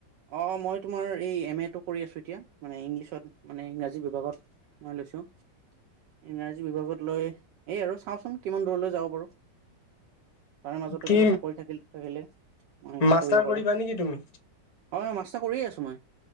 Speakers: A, on the right; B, on the left.
A: অ অ মই তোমাৰ এই এম এ টো কৰি আছো এতিয়া মানে ইংলিছত মানে ইংৰাজী ‌ বিভাগত মই লৈছোঁ ইংৰাজী বিভাগত লৈ এই আৰু চাওঁচোন কিমান দূৰলৈ যাব পাৰো তাৰ মাজতো
B: কি
A: কিবা চাকৰি থাকিল থাকিলে মই
B: মাষ্টাৰ
A: কৰিব পাৰো
B: কৰিবা নেকি তুমি
A: অ মাষ্টাৰ কৰিয়ে আছো মই